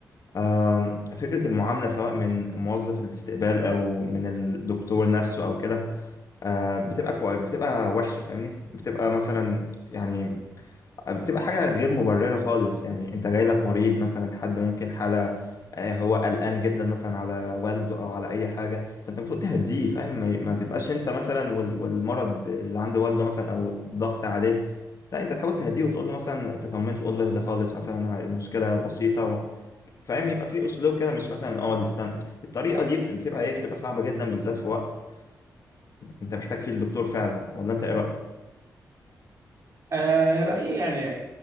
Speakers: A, on the left; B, on the right.
A: آه، فكره المعامله سواء من موظف الاستقبال او من الدكتور نفسه او كده آه، بتبقى كوي بتبقى وحشه فاهمني بتبقى مثلا يعني آه، بتبقى حاجة غير مبررة خالص يعني انت جاي لك مريض مثلا حد ممكن حالة آه، هو قلقان جدا مثلا على والده او على اي حاجة فانت المفروض تهديه فاهم ما, ما تبقاش انت مثلا وال- والمرض اللي عند والده مثلا او ضغط عليه لا انت تحاول تهديه وتقول له مثلا تطمنه تقول له اهدى خالص مثلا ه- المشكلة بسيطة و... فاهم يبقى في اسلوب كده مش مثلا اقعد استنى الطريقة دي بت- بتبقى ايه بتبقى صعبة جدا بالذات في وقت انت محتاج فيه الدكتور فعلا ولا انت ايه رأيك؟
B: آه رأيي يعني